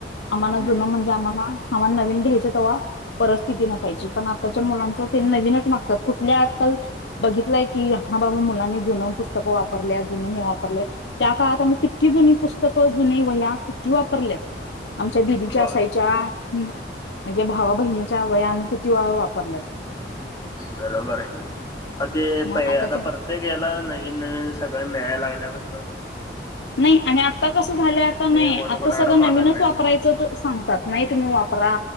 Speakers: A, on the left; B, on the left.
A: आम्हाला
B: हम्म
A: जुनं म्हणजे आम्हाला आम्हाला नवीन घ्यायच तवा परिस्थिती नसायची पण आताच्या मुलांच ते नवीनच मागतात खूप मी आजकाल बघितलंय की हा बाबा मुलांनी जुन पुस्तकं वापरल्या जुन हे वापरले त्या काळात आम्ही किती जुनी पुस्तकं जुनी वहया किती वापरल्यात आमच्या दिदीच्या
B: बर
A: असायच्या ऽऽह, म्हणजे भावा बहिणीच्या वहया आमी किती वेळा वापरल्यात.
B: बरोबर आहे. आ ते
A: मग
B: पहि
A: आताच्या
B: आता परत्येक याला नवीन नवीन सगळं मिळायला लागल्यापासून.
A: नाही, आणि आता कसं झालंय, आता नाही,
B: कोण
A: आता
B: कोणाकडे
A: सगळं
B: मागत
A: नवीनच
B: नाही
A: वापरायचं.. सांगतात, नाही तुम्ही वापरा,